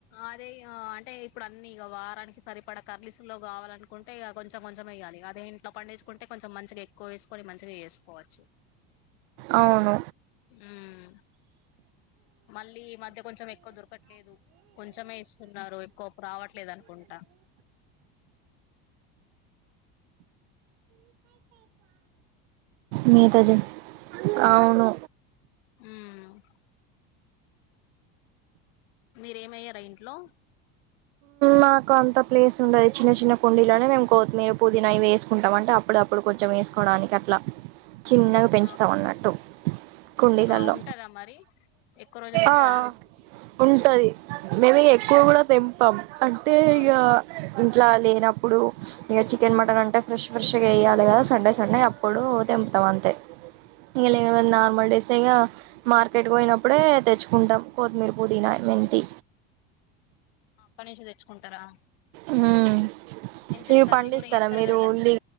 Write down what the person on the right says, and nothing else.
అవును
మీతో జేఅవును
మాకు అంత ప్లేస్ ఉండదు చిన్న చిన్న కుండీలోనే మేము కొత్తిమీర పుదీన ఇవి వేసుకుంటాం అంటే అప్పుడు అప్పుడు కొంచెం వేసుకోడానికి అట్లా చిన్నగా పెంచుతాం
అన్నట్టు కుండీగల్లో
ఆ ఉంటది మేము ఎక్కువ కూడా తెంపం అంటే
ఇక ఇట్లా లేనప్పుడు ఇక చికెన్ మటన్ అంటే ఫ్రెష్ ఫ్రెష్గా వెయ్యాలి కదా సండే సండే అప్పుడు తెం తం అంతే
ఇంక లేవం నార్మల్ డేసేగా మార్కెట్ పోయినప్పుడే తెచ్చుకుంటాం కొత్తిమీర పుదీనా మెంతి
హ్మ్
ఇవి
పండిస్తారా
మీరు
ఉల్లి